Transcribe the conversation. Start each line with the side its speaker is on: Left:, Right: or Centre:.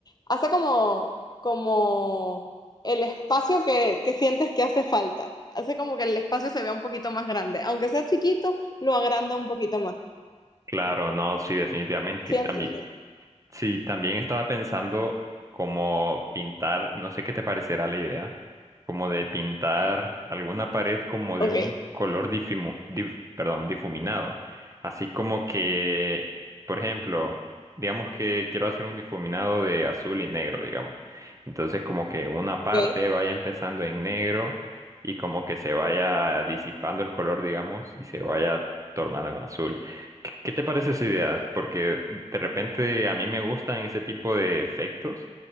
Left: hace como, como el espacio que, que sientes que hace falta. Hace como que el espacio se vea un poquito más grande. Aunque sea chiquito, lo agranda un poquito más.
Right: claro, no, sí, definitivamente.
Left: ¿Sí
Right: También.
Left: entiendes?
Right: Sí, también estaba pensando como pintar, no sé qué te parecerá la idea, como de pintar alguna pared como de
Left: Ok.
Right: un color difumo- dif- perdón, difuminado. Así como que, por ejemplo, digamos que quiero hacer un difuminado de azul y negro, digamos. Entonces como que una parte
Left: Ok.
Right: vaya empezando en negro y como que se vaya disipando el color, digamos, y se vaya tornando en azul. ¿Qué qué te parece esa idea? Porque de repente a mí me gustan ese tipo de efectos